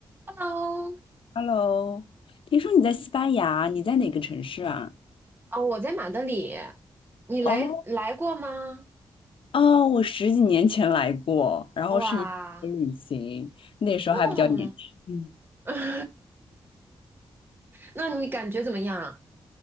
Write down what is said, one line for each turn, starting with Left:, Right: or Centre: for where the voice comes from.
Right: Hello，
Left: Hello，Hello，听说你在西班牙，你在哪个城市啊？
Right: 哦，我在马德里，你来来过吗？
Left: 哦哦，我十几年前来过，然后是一个旅行，
Right: 哇，
Left: 那时候还比较年轻。
Right: 哦，<laughs> 那你感觉怎么样？